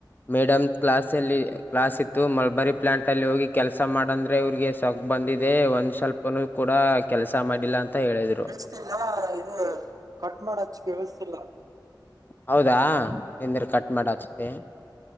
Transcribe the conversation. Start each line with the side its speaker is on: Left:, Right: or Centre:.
Left: ಮೇಡಮ್ ಕ್ಲಾಸ್ ಅಲ್ಲಿ ಕ್ಲಾಸ್ ಇತ್ತು ಮೇಲ್ ಬರಿ ಪ್ಲಾಂಟ್ ಅಲ್ಲಿ ಹೋಗಿ ಕೆಲಸ ಮಾಡಂದ್ರೆ ಇವ್ರಿಗೆ ಬಂದಿದೆ ಒಂದು ಸ್ವಲ್ಪನೂ ಕೂಡಾ ಕೆಲಸ ಮಾಡಿಲ್ಲಾ ಅಂತ ಹೇಳಿದ್ರು
Right: <unintelligible> ವಸ್ತಿಲ್ಲಾ
Left: ಹೌದಾ ನೀಂದ್ರ ಕಟ್ ಮಾಡಿ ಹಚ್ಚತೆನ್
Right: ಹ